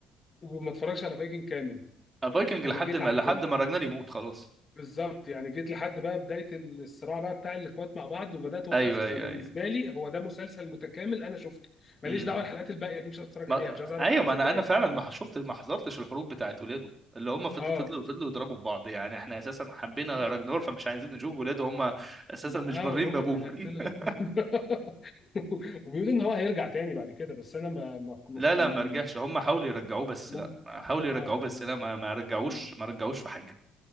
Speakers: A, on the left; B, on the right.
A: وما اتفرجش على فايكنج كامل
B: فايكنج
A: أنا
B: لحد
A: جيت
B: ما
A: عند
B: لحد
A: ال...
B: ما راجنر يموت خلاص
A: بالظبط يعني جيت لحد بقى بداية الصراع بقى بتاع الإخوات مع بعض وبدأت وقفت
B: ايوه
A: فبالنسبة
B: ايوه ايوه
A: لي هو ده مسلسل متكامل أنا شفته ماليش
B: امم
A: دعوة الحلقات الباقية دي مش هتفرج
B: ما...
A: عليها مش عايز أعرف
B: ايوه
A: الأحداث
B: ما انا
A: الباقية
B: انا فعلا ما شفت ما حضرتش الحروب بتاعت ولاده اللي هم فضلوا
A: أه
B: فضلوا فضلوا يضربوا في بعض يعني احنا اساسا حبينا
A: <laughs>
B: راجنور فمش عايزين نشوف ولاده هم اساسا مش
A: اه
B: بارين
A: وهما
B: بابوه
A: بيقتلوا
B: <laughs>
A: <laughs> وبيقولوا ان هو هيرجع تاني بعد كده بس انا ما ما
B: لا لا
A: ما
B: ما
A: ما-
B: رجعش هم حاولوا يرجعوه بس
A: ما-
B: لا حاولوا يرجعوه
A: اه
B: بس لا ما ما رجعوش
A: م-
B: ما رجعوش في حاجه